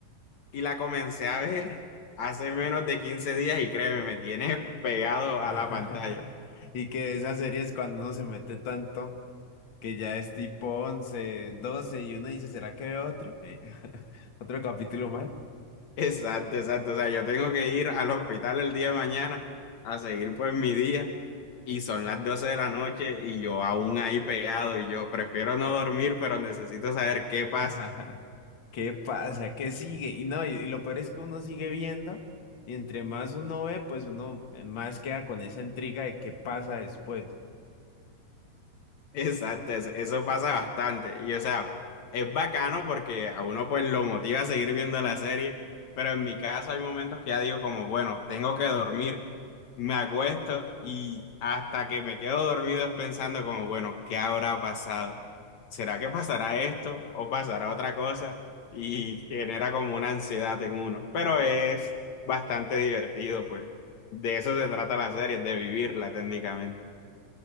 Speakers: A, on the left; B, on the left.
A: Y la comencé a ver <laughs> hace menos de 15 días y créeme, me tiene pegado a
B: <laughs>
A: la pantalla.
B: Y que esas series cuando uno se mete tanto que ya es tipo 11, 12 y uno dice, ¿será que veo otro? Eh, <laughs> otro capítulo más.
A: Exacto, exacto. O sea, yo tengo que ir al hospital el día de mañana a seguir pues mi día y son las 12 de la noche y yo aún ahí pegado y yo prefiero no dormir, pero necesito saber qué
B: <laughs>
A: pasa.
B: ¿Qué pasa? ¿Qué sigue? Y no, y, y lo peor es que uno sigue viendo y entre más uno ve, pues uno eh, más queda con esa intriga de qué pasa después.
A: Exacto, eso, eso pasa bastante. Y o sea, es bacano porque a uno pues lo motiva a seguir viendo la serie, pero en mi caso hay momentos que ya digo como, bueno, tengo que dormir, me acuesto y hasta que me quedo dormido es pensando como, bueno, ¿qué habrá pasado? ¿Será que pasará esto o pasará otra cosa? Y genera como una ansiedad en uno, pero es bastante divertido, pues. De eso se trata la serie, de vivirla técnicamente.